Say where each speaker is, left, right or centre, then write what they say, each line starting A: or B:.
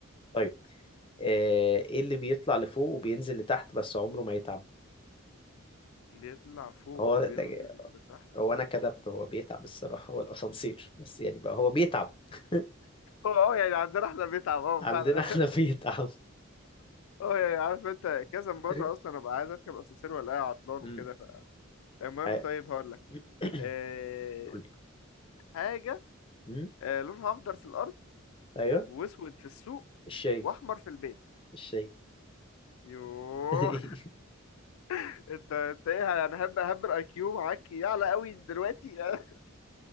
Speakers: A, on the left; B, on the left.
A: طيب آه ايه اللي بيطلع لفوق وبينزل لتحت بس عمره ما يتعب
B: بيطلع فوق
A: هو
B: وبينزل
A: ده
B: لتحت
A: هو انا كدبت هو بيتعب الصراحة هو الاسانسير بس يعني بقى هو بيتعب <laughs>
B: هو اه يعني عندنا احنا بيتعب اه
A: عندنا
B: فعلا
A: احنا بيتعب
B: اه يعني عارف انت كذا مره
A: <laughs>
B: اصلا ابقى عايز اركب اسانسير ولا عطلان
A: امم
B: وكده فالمهم
A: عا-
B: طيب هقول لك
A: <coughs>
B: أه
A: قولي
B: حاجه
A: امم
B: أه لونها اخضر في الارض
A: ايوه
B: واسود في السوق
A: الشاي
B: واحمر في البيت
A: الشاي
B: يوه
A: <laughs>
B: <laughs> انت انت ايه يعني هب هب الاي كيو معاك يعلى قوي دلوقتي <laughs>